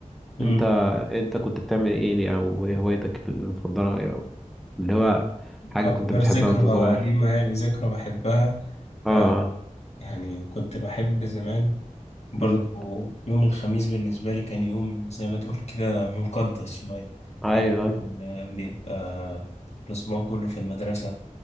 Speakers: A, on the left; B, in the centre.
A: مم.
B: انت انت كنت بتعمل ايه او ايه هوايتك المفضله ايه، أو اللي هو حاجه
A: أكتر
B: كنت بتحبها
A: ذكرى
B: وانت صغير
A: قديمة يعني ذكرى بحبها
B: اه
A: آه،
B: اه
A: يعني كنت بحب زمان برضه
B: امم
A: يوم الخميس بالنسبة لي كان يوم زي ما تقول كده مقدس شوية
B: ايوه
A: عشان
B: ايوه
A: بيبقى الأسبوع كله في المدرسة